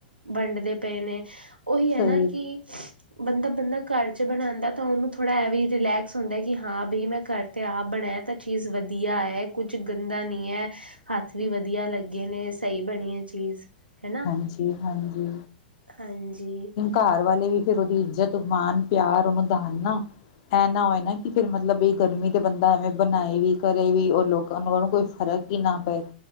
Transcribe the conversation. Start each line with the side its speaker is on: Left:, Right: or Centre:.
Right: ਵੰਡਦੇ ਪਏ ਨੇ ਉਹੀ ਹੈ
Left: ਸਹੀ
Right: ਨਾ ਕਿ ਬੰਦਾ ਬੰਦਾ ਘਰ ਚ ਬਣਾਉਂਦਾ ਤਾਂ ਉਹਨੂੰ ਥੋੜਾ ਇਹ ਵੀ ਰਿਲੈਕਸ ਹੁੰਦਾ ਕਿ ਹਾਂ ਬਈ ਮੈਂ ਘਰ 'ਤੇ ਆਪ ਬਣਾਇਆ ਤਾਂ ਚੀਜ਼ ਵਧੀਆ ਐ। ਕੁੱਝ ਗੰਦਾ ਨਹੀਂ ਹੈ ਹੱਥ ਵੀ ਵਧੀਆ ਲੱਗੇ ਨੇ ਸਹੀ ਬਣੀ ਐ ਚੀਜ਼ ਹੈਨਾ
Left: ਹਾਂਜੀ ਹਾਂਜੀ
Right: ਹਾਂਜੀ
Left: ਘਰ ਵਾਲੇ ਵੀ ਫਿਰ ਉਹਦੀ ਇੱਜ਼ਤ ਮਾਣ ਪਿਆਰ ਵਿਧਾਨ ਨਾ ਐ ਨਾ ਹੋਏ ਫਿਰ ਮਤਲਬ ਵੀ ਗਰਮੀ ਦੇ ਬੰਦਾ ਐਵੇਂ ਬਣਾਏਗੀ ਘਰੇ ਵੀ ਲੋਕਾਂ ਨੂੰ ਉਹਨੂੰ ਕੋਈ ਫ਼ਰਕ ਹੀ ਨਾ ਪਏ